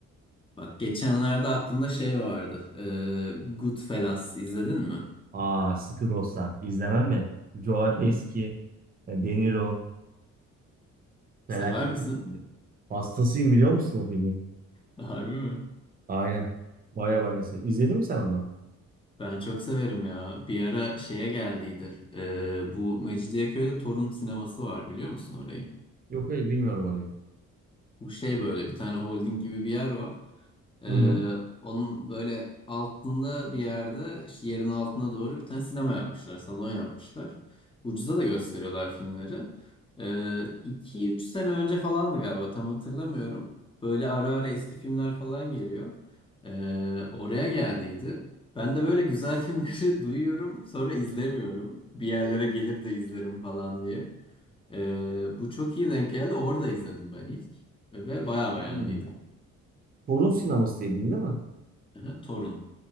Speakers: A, on the left; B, on the right.
A: Bak geçenlerde aklımda şey vardı. Ee, Goodfellas izledin mi?
B: Aa Sıkı Dostlar. İzlemem mi? Joe
A: Hı
B: Pesci,
A: hı.
B: e, De Niro. Felaket
A: Sever misin?
B: bir filmdi. Hastasıyım biliyor musun o filmi?
A: <laughs> Harbi mi?
B: Aynen. Baya baya. se- İzledin mi sen onu?
A: Ben çok severim ya. Bir ara şeye geldiydi. Ee, bu Mecidiyeköy'de Torun sineması var biliyor musun orayı?
B: Yok hayır bilmiyorum orayı.
A: Bu şey böyle bir tane holding gibi bir yer var. Ee,
B: Hı hı.
A: onun böyle altında bir yerde işte yerin altına doğru bir tane sinema yapmışlar, salon yapmışlar. Ucuza da gösteriyorlar filmleri. Ee, 2-3 sene önce falandı galiba tam hatırlamıyorum. Böyle ara ara eski filmler falan geliyor. Ee, oraya geldiydi. Ben de böyle güzel filmleri <laughs> duyuyorum sonra izlemiyorum. Bir yerlere gelir de izlerim falan diye. Ee, bu çok iyi denk geldi. Orada izledim ben ilk. Ve bayağı beğendiydim.
B: Hı. Torun sineması dedin değil mi?
A: Hı hı, Torun.